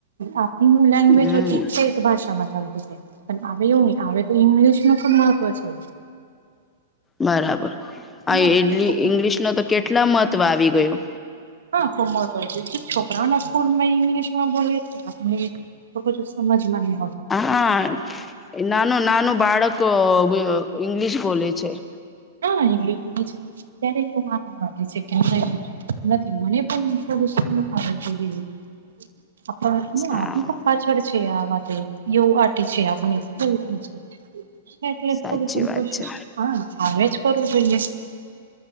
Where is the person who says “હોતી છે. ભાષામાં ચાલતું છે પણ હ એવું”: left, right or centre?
Right